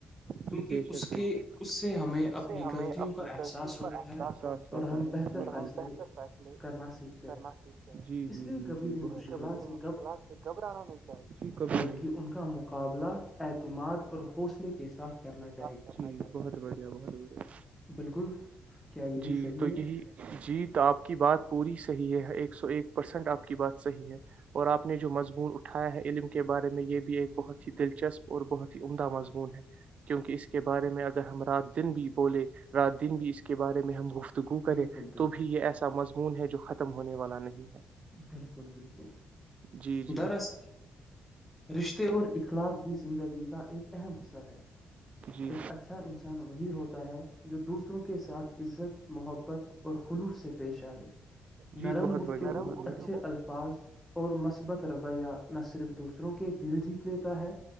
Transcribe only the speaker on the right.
جی بے
شک بےک
اس
اس
سے ہمیں
اپنی
غلطیوں
کا اااستا
ہے
ہم بہتر فیصلے
کرنا
جی
جی
جی
جی
مشکلات
سے گھبرانا نہیں چاہیے ج
جی بہت بڑھیا بہت بڑھیا
جی
تو یہی
جیت آپ کی بات پوری صحی ہے ایک سو ایک پرسینٹ آپ کی بات صحیح ہے اور آپ نے جو مضمون اٹھایا ہے علم کے بارے میں یہ بھی ایک بہت ہی دلچسپ اور بہت ہی عمدہ مضمون ہے کیونکہ اس کے بارے میں اگر ہم رات دن بھی بولے رات دن بھی اس کے بارے میں ہم گفتگو
کرے
تو بھی یہ ایسا مضمون ہے جو ختم ختم ہونے والا نہیں ہے
جی جی
جی
جی
بہت
بڑھیا
بہت
بڑھیا